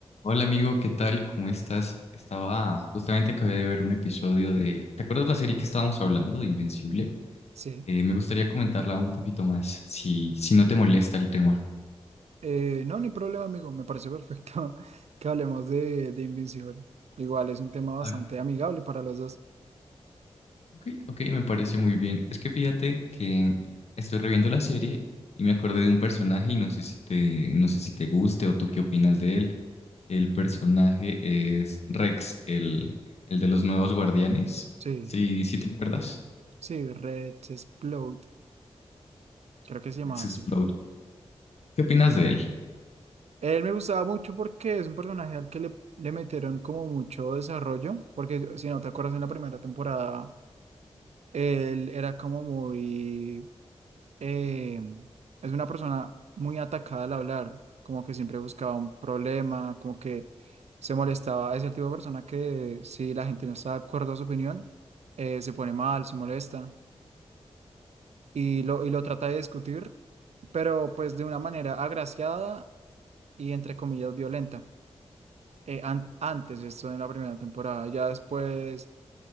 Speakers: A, on the left; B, on the right.
A: Hola amigo, ¿qué tal? ¿Cómo estás? Estaba, justamente acabé de ver un episodio de... ¿Te acuerdas la serie que estábamos hablando de Invencible?
B: Sí.
A: Eh, me gustaría comentarla un poquito más, si, si no te molesta el tema.
B: Eh, no, ni problema, amigo. Me parece perfecto <laughs> que hablemos de, de Invincible. Igual es un tema bastante
A: Ah,
B: amigable para los dos.
A: Ok, ok, me parece muy bien. Es que fíjate que estoy reviendo la serie y me acordé de un personaje y no sé si te, no sé si te guste o tú qué opinas de él. El personaje es Rex, el, el de los nuevos guardianes.
B: Sí,
A: Sí, sí te acuerdas.
B: sí, Red Explode, creo que se llamaba
A: Rex Explode.
B: así.
A: ¿Qué opinas de él?
B: Él me gustaba mucho porque es un personaje al que le, le metieron como mucho desarrollo, porque si no te acuerdas en la primera temporada, él era como muy eh, es una persona muy atacada al hablar, como que siempre buscaba un problema, como que se molestaba. Es el tipo de persona que si la gente no está de acuerdo a su opinión, eh, se pone mal, se molesta y lo, y lo trata de discutir, pero pues de una manera agraciada y entre comillas violenta. Eh, an- antes, esto en la primera temporada, ya después